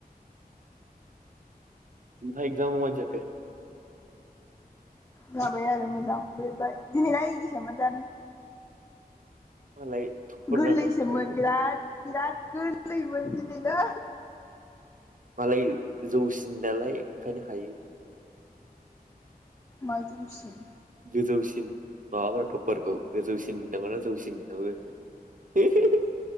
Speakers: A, on the right (about 55°); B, on the left (about 20°).
A: ओमफाय एखजामा माबायदि जाखो?
B: जाबाय आरो मोजां लिरबाय दिनैना इजिसोमोन जानो
A: मालाय थुबुरनानै
B: गोरलैसोमोन
A: थायो
B: बिराद बिराद गोरलैमोन दिनैना
A: मालाय जौसिन नालाय ओंखायनो हायो।
B: मा जौसिन?
A: गोजौसिन माबागोन थपरखौ गोजौसिन होननांगौ जौसिन होननांगौ जाखो? <unintelligible>